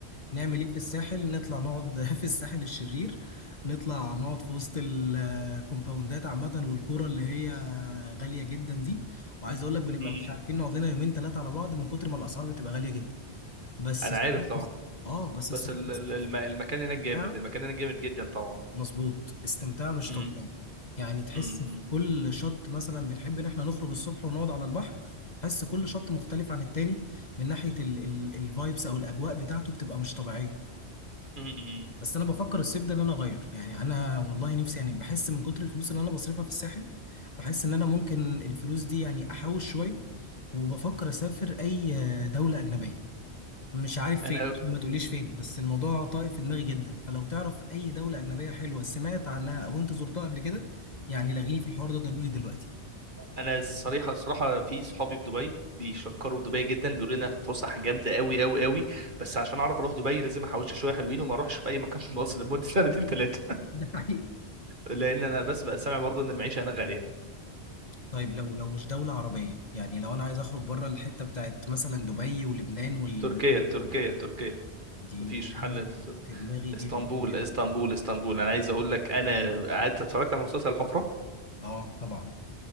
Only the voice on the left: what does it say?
نعمل ايه في الساحل نطلع نقعد <laughs> في الساحل الشرير نطلع نقعد في وسط الكومباوندات عامه والقرى اللي هي غاليه جدا دي وعايز اقول لك بنبقى
مش عارفين نقعد لنا يومين ثلاثه على بعض من كتر ما الاسعار بتبقى غاليه جدا بس
الصراحة-
اه بس
الصراحه
الساحل
مظبوط استمتاع مش
طبيعي يعني تحس
في كل شط مثلا بنحب ان احنا نخرج الصبح ونقعد على البحر تحس كل شط مختلف عن التاني من ناحية الفايبس او الاجواء بتاعته بتبقى مش طبيعية
بس انا بفكر الصيف ده ان انا اغير يعني انا والله نفسي يعني بحس من كتر الفلوس اللي انا بصرفها في الساحل بحس ان انا ممكن الفلوس دي يعني احوش شوية وبفكر اسافر اي دولة اجنبية مش عارف فين
ما تقوليش فين بس الموضوع طايف في دماغي جدا فلو تعرف اي دولة اجنبية حلوة سمعت عنها او انت زرتها قبل كده يعني لغيني في الحوار ده ضروري دلوقتي
ده حقيقي
طيب لو لو مش دولة عربية يعني لو انا عايز اخرج بره الحتة بتاعت مثلا دبي ولبنان وال
والحتت
دي
دي
دي حاجة
في دماغي جدا
جدا
اه طبعا